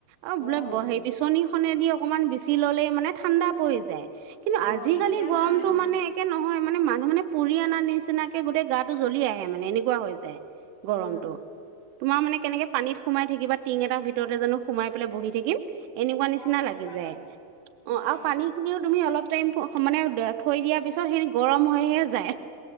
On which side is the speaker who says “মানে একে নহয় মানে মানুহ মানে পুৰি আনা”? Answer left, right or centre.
Right